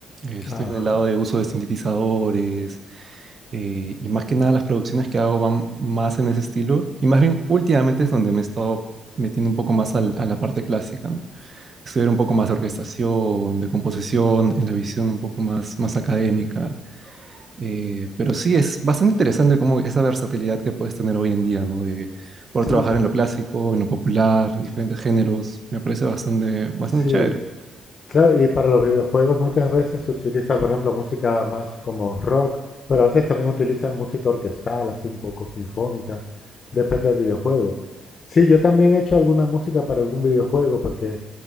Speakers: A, on the right (about 40°); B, on the left (about 45°).
A: eh, estoy
B: Ajá.
A: en el lado de uso de sintetizadores eh, y más que nada las producciones que hago van más en ese estilo. Y más bien últimamente es donde me he estado metiendo un poco más al- a la parte clásica, ¿no? Estudiar un poco más de orquestación, de composición, en la visión un poco más, más académica. Eh, pero sí, es bastante interesante como esa versatilidad que puedes tener hoy en día, ¿no? De poder
B: Sí,
A: trabajar
B: sí.
A: en lo clásico, en lo popular, en diferentes géneros. Me parece bastante, bastante
B: Sí,
A: chévere.
B: Claro, y para los videojuegos muchas veces se utiliza, por ejemplo, música más como rock, pero a veces también utilizan música orquestal, así un poco sinfónica, depende del videojuego. Sí, yo también he hecho alguna música para algún videojuego, porque